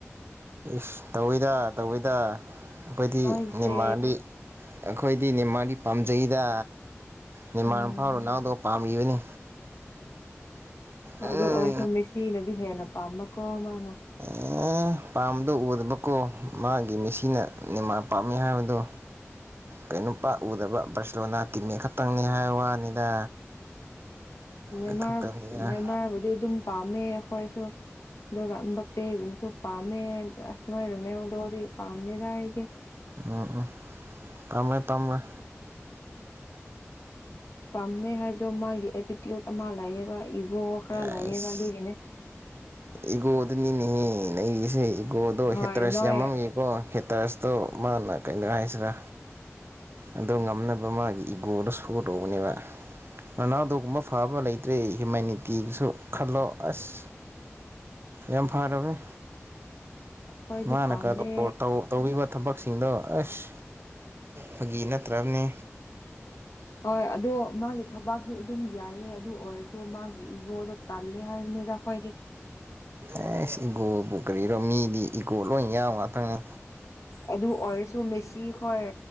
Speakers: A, on the right; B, on the left.
A: ꯏꯁ ꯇꯧꯋꯤꯗ ꯇꯧꯋꯤꯗ ꯑꯩꯈꯣꯏꯗꯤ
B: ꯅꯣꯏꯁꯦ
A: ꯅꯦꯃꯥꯔꯂꯤ ꯑꯩꯈꯣꯏꯗꯤ ꯅꯦꯃꯥꯥꯔꯗꯤ ꯄꯥꯝꯖꯩꯗ ꯅꯦꯃꯥꯥꯔꯐꯥꯎ
B: ꯎꯝ
A: ꯔꯣꯅꯥꯜꯗꯣ ꯄꯥꯝꯃꯤꯕꯅꯤ ꯑꯦ
B: ꯑꯗꯨ ꯑꯣꯏꯔꯁꯨ ꯃꯦꯁꯤꯅꯗꯤ ꯍꯦꯟꯅ ꯄꯥꯝꯕꯀꯣ ꯃꯥꯅ
A: ꯎꯪ꯬꯬ꯄꯥꯝꯕꯗꯣ ꯎꯗꯕꯀꯣ ꯃꯥꯒꯤ ꯃꯦꯁꯤꯅ ꯅꯦꯃꯥꯔ ꯄꯥꯝꯃꯤ ꯍꯥꯏꯕꯗꯣ ꯀꯩꯅꯣꯄꯥ ꯎꯗꯕ ꯕꯥꯔꯁꯦꯂꯣꯅꯥ ꯇꯤꯝꯃꯦꯠ ꯈꯛꯇꯪꯅꯦ ꯍꯥꯏ ꯋꯥꯅꯤꯗ
B: ꯅꯦꯃꯥꯔ
A: ꯑꯣꯏꯊꯣꯛꯇꯕꯅꯤꯗ
B: ꯅꯦꯃꯥꯔꯕꯨꯗꯤ ꯑꯗꯨꯝ ꯄꯥꯝꯃꯦ ꯑꯩꯈꯣꯏꯁꯨ ꯑꯗꯨꯒ ꯕꯄꯦꯒꯨꯝꯕꯁꯨ ꯄꯥꯝꯃꯦ ꯑꯁ ꯅꯣꯏ ꯔꯣꯅꯥꯜꯗꯣꯗꯤ ꯄꯥꯝꯗꯦꯗ ꯑꯩꯗꯤ
A: ꯎꯝ ꯎꯝ ꯄꯥꯝꯣꯏ ꯄꯥꯝꯃꯣꯏ
B: ꯄꯥꯝꯗꯦ ꯍꯥꯏꯕꯗꯣ ꯃꯥꯒꯤ ꯑꯦꯇꯤꯇ꯭ꯌꯨꯠ ꯑꯃ ꯂꯩꯑꯦꯕ ꯏꯒꯣ ꯈꯔ
A: ꯑꯩꯁ
B: ꯂꯩꯑꯦꯕ ꯑꯗꯨꯒꯤꯅꯦ
A: ꯏꯒꯣꯗꯨꯅꯤꯅꯦꯍꯦ ꯅꯩꯔꯤꯁꯦ ꯏꯒꯣꯗꯣ
B: ꯍꯣꯏ
A: ꯍꯦꯠꯇ꯭ꯔꯦꯁ
B: ꯅꯣꯏ
A: ꯌꯥꯝꯃꯝꯅꯤ ꯀꯣ ꯍꯦꯇꯔꯁꯇꯣ ꯃꯥꯅ ꯀꯩꯅꯣ ꯍꯥꯏꯁꯤꯔꯥ ꯑꯗꯣ ꯉꯝꯅꯕ ꯃꯥꯒꯤ ꯏꯒꯣꯗꯣ ꯁꯣ ꯇꯧꯕꯅꯦꯕ ꯔꯣꯅꯥꯜꯗꯣꯒꯨꯝꯕ ꯐꯕ ꯂꯩꯇ꯭ꯔꯦ ꯍ꯭ꯌꯨꯃꯦꯟꯅꯤꯇꯤꯒꯤꯁꯨ ꯈꯜꯂꯣ ꯑꯁ ꯌꯥꯝ ꯐꯔꯕꯅꯦ
B: ꯑꯩꯈꯣꯏꯗꯤ
A: ꯃꯥꯅ
B: ꯄꯥꯝꯗꯦ
A: ꯀꯥꯗ ꯇ ꯇꯧꯕꯤꯕ ꯊꯕꯛꯁꯤꯡꯗꯣ ꯑꯁ ꯐꯒꯤ ꯅꯠꯇ꯭ꯔꯕꯅꯤ
B: ꯍꯣꯏ ꯑꯗꯣ ꯃꯥꯒꯤ ꯊꯕꯛꯇꯤ ꯑꯗꯨꯝ ꯌꯥꯏꯌꯦ ꯑꯗꯨ ꯑꯣꯏꯔꯁꯨ ꯃꯥꯒꯤ ꯏꯒꯣꯗꯣ ꯇꯜꯂꯤ ꯍꯥꯏꯕꯅꯤꯗ ꯈꯣꯏꯗꯤ
A: ꯑꯦꯁ ꯏꯒꯣꯕꯨ ꯀꯔꯤꯔꯣ ꯃꯤꯗꯤ ꯏꯒꯣ ꯂꯣꯏ ꯌꯥꯎ ꯉꯥꯛꯇꯅꯦ
B: ꯑꯗꯨ ꯑꯣꯏꯔꯁꯨ ꯃꯦꯁꯤꯈꯣꯏ